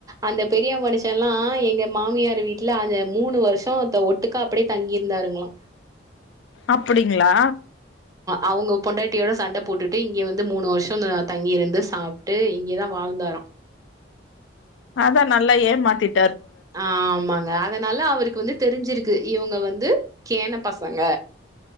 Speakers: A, on the right (about 20°); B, on the left (about 75°).
A: அந்த பெரிய மனு ஷல்லா எங்க மாமியார் வீட்ல அந்த மூணு வருஷோ த ஒட்டுக்கா அப்புடே தங்கிருந்தாருங்களா
B: அப்புடிங்கு ங்ளா
A: அவங்க பொண்டாட்டியோட சண்ட போட்டுட்டு இங்க வந்து மூணு வருஷோ த தங்கி இருந்து சாப்ட்டு இங்கேதா வாழ்ந்தாரா
B: அத்தா நல்லா ஏமாத்திட்
A: ஆ ஆமாங்க அதனால அவருக்கு வந்து தெரிஞ்சிருக்கு இவங்க வந்து கேன பசங்க